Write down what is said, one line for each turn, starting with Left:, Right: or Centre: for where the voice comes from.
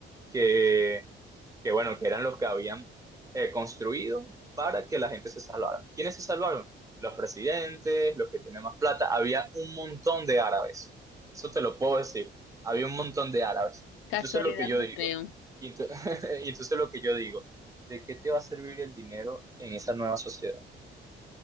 Right: que, que bueno, que eran los que habían eh, construido para que la gente se salvara. ¿Quiénes se salvaron? Los presidentes, los que tienen más plata. Había un montón de árabes. Eso te lo puedo decir. Había un montón de árabes.
Left: casualidad
Right: Y tú sabes lo que yo
Left: no
Right: digo.
Left: creo.
Right: Y tú, <laughs> y tú lo que yo digo. ¿De qué te va a servir el dinero en esa nueva sociedad?